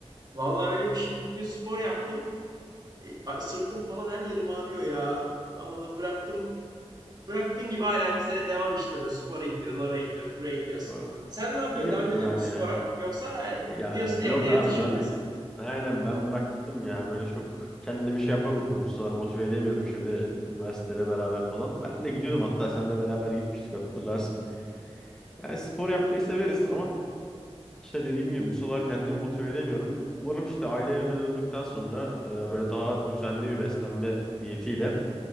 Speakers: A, on the right (about 40°); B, in the centre.
A: Vallahi öyle bir şimdi bugün spor yaptım. E, a- Sırtım falan her yerim ağrıyor ya. Vallahi bıraktım bıraktığın gibi hala bize devam işte öyle spora gidiyoruz, oraya gidiyoruz, buraya gidiyoruz.
B: Oh.
A: Sen ne yapıyorsun?
B: İyi yaptın
A: Devam ediyor
B: abi
A: musun
B: ya.
A: spora? Yoksa e,
B: Ya, ya
A: diyorsun
B: yok
A: evde yatış
B: abi ben
A: mı diyorsun?
B: aynen ben bıraktım ya. Böyle çok kendimi şey yapamıyorum bu sıralar motive edemiyorum şimdi üniversiteyle beraber falan. Ben de gidiyordum hatta seninle beraber gitmiştik hatırlarsın. Yani spor yapmayı severiz ama İşte dediğim gibi bu sıralar kendimi motive edemiyorum. Umarım işte aile evime döndükten sonra e, böyle daha düzenli bir beslenme diyetiyle